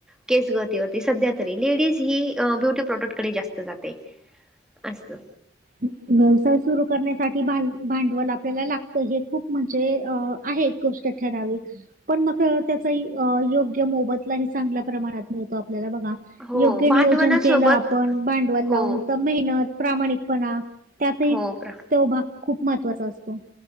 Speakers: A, in the centre; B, on the right (about 45°).
A: केस गतीवरती सध्या तरी लेडीज ही ब्युटी प्रॉडक्ट कडे जास्त जाते असतील
B: व्यवसाय सुरु करण्यासाठी भांड भांडवल आपल्याला लागत ते हे खूप म्हणजे अ आहे एक गोष्ट ठरावी पण मग तो त्याचाही योग्य मोबदलाही चांगल्या प्रमाणात मिळतो आपल्याला बघा
A: हो
B: योग्य
A: भांडवलासोबत
B: नियोजन केल आपण भांडवल लावून
A: हो
B: तर मेहनत प्रामाणिकपणा त्यातही
A: हो प्र
B: तो भाग खूप महत्त्वाचा असतो